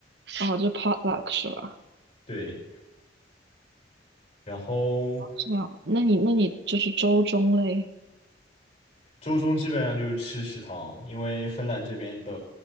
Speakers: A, on the right (about 65°); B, on the left (about 35°).
A: 哦，就 potluck 是吧？
B: 对，然后
A: 这样，那你那你就是周中嘞，
B: 周中基本上就是吃食堂，因为芬兰这边的